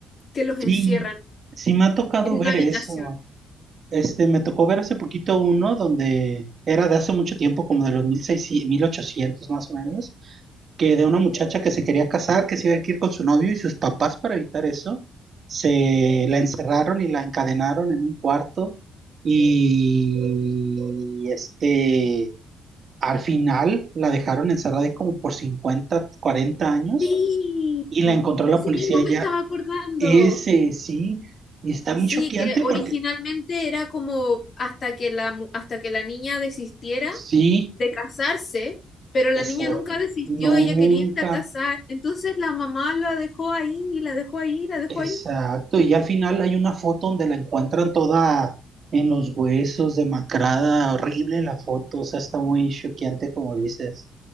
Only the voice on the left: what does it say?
que los
encierran
en
una habitación.
Sí,
de
ese
mismo me
estaba acordando.
Sí,
que originalmente
era como hasta que la, mu- hasta que la niña desistiera
de casarse, pero la
niña nunca desistió,
ella quería irse a casar. Entonces la mamá la dejó ahí, y la dejó ahí, y la dejó
ahí.